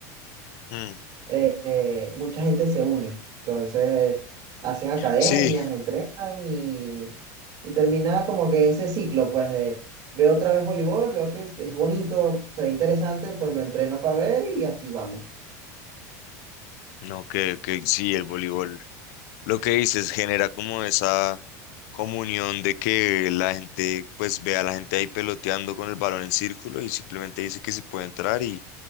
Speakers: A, on the left (about 65°); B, on the right (about 45°).
A: Hmm.
B: eh, eh, mucha gente se une, entonces hacen academias,
A: Sí,
B: entrenan y, y termina como que ese ciclo, pues de... Veo otra vez voleibol, veo que es, es bonito, se ve interesante, pues lo entreno para ver y así vamos.
A: no, que, que sí, el voleibol. Lo que dices genera como esa comunión de que la gente, pues ve a la gente ahí peloteando con el balón en círculo y simplemente dice que se puede entrar y